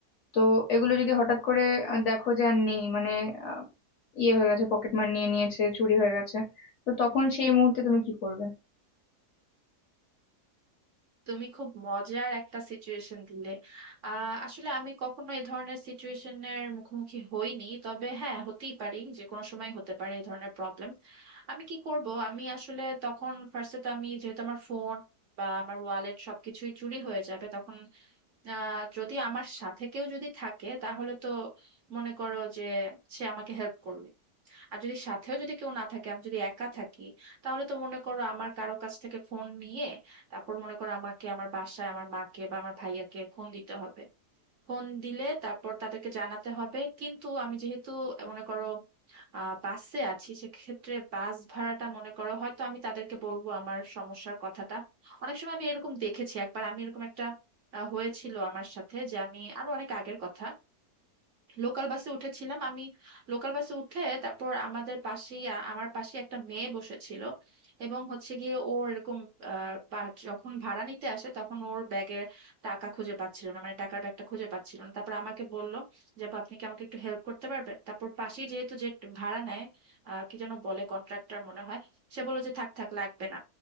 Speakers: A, on the left; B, on the right.
A: তো এগুলো যদি হঠাৎ করে আহ, দেখো যে আর নেই মানে আহ, ইয়ে হয়ে গেছে পকেট মার নিয়ে নিয়েছে চুরি হয়ে গেছে তো তখন সেই মুহূর্তে তুমি কি করবে
B: তুমি খুব মজার একটা সিচুয়েশন দিলে আহ আসলে আমি কখনো এই ধরনের সিচুয়েশনের মুখোমুখি হইনি তবে হ্যাঁ হতেই পারি যে কোনো সময় হতে পারে এই ধরনের প্রবলেম আমি কি করব আমি আসলে তখন ফার্স্টে তো আমি যেহেতু আমার ফোন বা আমার ওয়ালেট সবকিছুই চুরি হয়ে যাবে তখন আহ যদি আমার সাথে কেউ যদি থাকে তাহলে তো মনে করো যে সে আমাকে হেল্প করলো আর যদি সাথেও যদি কেউ না থাকে আমি যদি একা থাকি তাহলে তো মনে করো আমার কারো কাছ থেকে ফোন নিয়ে তারপর মনে করো আমাকে আমার বাসায় আমার মাকে বা আমার ভাইয়াকে ফোন দিতে হবে ফোন দিলে তারপর তাদেরকে জানাতে হবে কিন্তু আমি যেহেতু মনে করো আহ বাসে আছি সেক্ষেত্রে বাস ভাড়াটা মনে করো হয়তো আমি তাদেরকে বলবো আমার সমস্যার কথাটা অনেক সময় আমি এরকম দেখেছি একবার আমি এরকম একটা আহ, হয়েছিল আমার সাথে যে আমি আরো অনেক আগের কথা লোকাল বাসে উঠেছিলাম আমি লোকাল বাসে উঠে তারপর আমাদের পাশেই আ- আমার পাশে একটা মেয়ে বসেছিল এবং হচ্ছে গিয়ে ও এরকম আহ, পা- যখন ভাড়া নিতে আসে তখন ওর ব্যাগের টাকা খুঁজে পাচ্ছিল না মানে টাকার ব্যাগটা খুঁজে পাচ্ছিল না তারপর আমাকে বলল যে আপু আপনি কি আমাকে একটু হেল্প করতে পারবেন তারপর পাশেই যেহেতু যে ভাড়া নেয় আহ, কি যেন বলে কন্ট্রাক্টর মনে হয় সে বললো যে থাক থাক লাগবে না